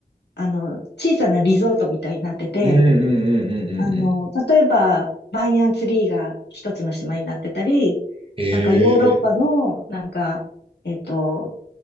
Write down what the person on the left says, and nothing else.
あの、小さなリゾートみたいになってて、
あの、例えば、バニヤンツリーが一つの島になってたり、
なんかヨーロッパの、なんか、えっと、